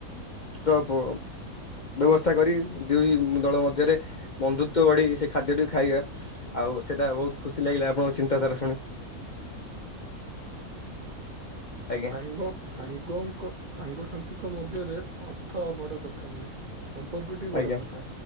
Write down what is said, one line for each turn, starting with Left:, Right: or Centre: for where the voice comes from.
Left: ର ପ ବ୍ୟବସ୍ଥା କରି ଦୁଇ ଦଳ ମଧ୍ୟରେ ବନ୍ଧୁତ୍ୱ ଗଢି ସେ ଖାଦ୍ୟଟିକୁ ଖାଇବା। ଆଉ ସେଟା ବହୁତ ଖୁସି ଲାଗିଲା ଆପଣଙ୍କ ଚିନ୍ତାଧାରା ଶୁଣି। ଆଜ୍ଞା
Right: ସାଙ୍ଗ ସାଙ୍ଗଙ୍କ ସାଙ୍ଗସାଥିଙ୍କ ମଧ୍ୟରେ ଅର୍ଥ ବଡ଼ କଥା ନୁହେଁ। ସମ୍ପର୍କଟି ବଡ
Left: ଆଜ୍ଞା
Right: କଥା